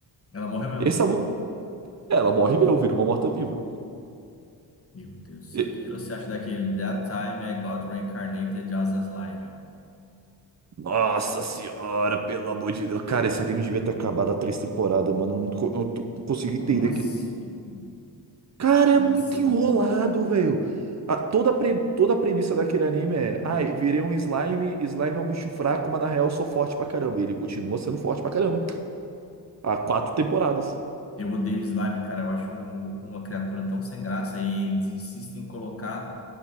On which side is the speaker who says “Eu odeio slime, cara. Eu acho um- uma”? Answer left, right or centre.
Left